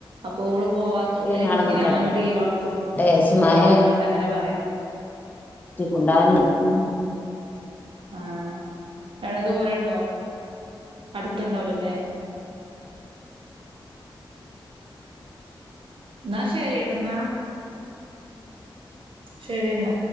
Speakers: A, on the right; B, on the left.
A: അപ്പോ ഓള് പോവാത്തോണ്ട്
B: ഓള് പിന്നെ ആടെ നിക്കട്ടെ
A: ഞാനും ലീവാക്കും
B: വിചാരിച്ച്
A: <unintelligible>
B: മഴ
A: പർഞ്ഞ്കാണ്ടങ്ങനെ പറിം
B: ച് <unintelligible>
A: ഉം ആ ടെ ദൂരണ്ടോ അട്ത്ത്ണ്ടാവൂല ലെ. ന്നാ ശരീട്ടൊ ന്നാ ശരിന്ന